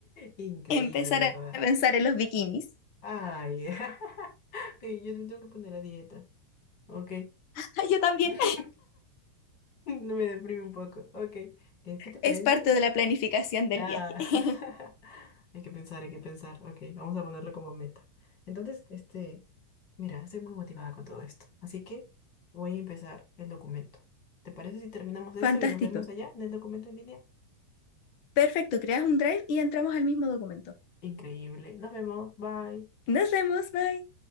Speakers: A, on the left (about 35°); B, on the left (about 55°).
A: increíble,
B: Empezar
A: la verdad.
B: a pensar en los bikinis.
A: Ay, <laughs> ay, yo me tengo que poner a dieta. Ok,
B: <laughs> Yo también.
A: <laughs> no me deprime un poco. Ok, eh, ¿qué te parece?
B: Es parte
A: Sí.
B: de la planificación del
A: Ah,
B: viaje. <laughs>
A: <laughs> hay que pensar, hay que pensar. Ok, vamos a ponerlo como meta. Entonces, este, mira, estoy muy motivada con todo esto. Así que voy a empezar el documento. ¿Te parece si terminamos esto
B: Fantástico.
A: y nos vemos allá en el documento en línea?
B: Perfecto, creas un drive y entramos al mismo documento.
A: Increíble. Nos vemos. Bye.
B: Nos vemos, bye.